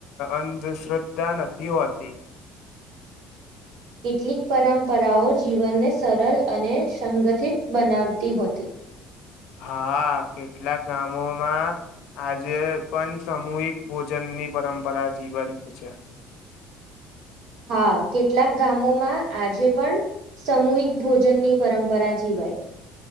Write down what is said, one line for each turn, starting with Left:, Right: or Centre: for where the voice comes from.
Left: અંધશ્રદ્ધા નથી હોતી
Right: કેટલીક પરંપરાઓ જીવનને સરળ અને સંગઠિત બનાવતી હોતી
Left: હા કેટલાક ગામોમાં આજે પણ સામૂહિક ભોજનની પરંપરા જીવંત છે
Right: હા કેટલાક ગામોમાં આજે પણ સામૂહિક ભોજનની પરંપરા જીવાય